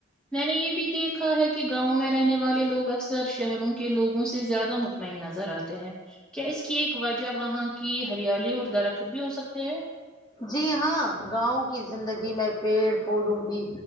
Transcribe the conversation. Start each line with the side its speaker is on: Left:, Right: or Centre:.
Centre: میں نے یہ بھی دیکھا ہے کہ گاؤں میں رہنے والے لوگ اکثر شہروں کے لوگوں سے زیادہ م مطمئن نظر آتے ہیں کیا اس کی ایک وجہ وہاں کی ہریالی اور درخت بھی ہو سکتے ہیں
Left: جی ہاں گاؤں کی زندگی میں پیڑ پودوں کی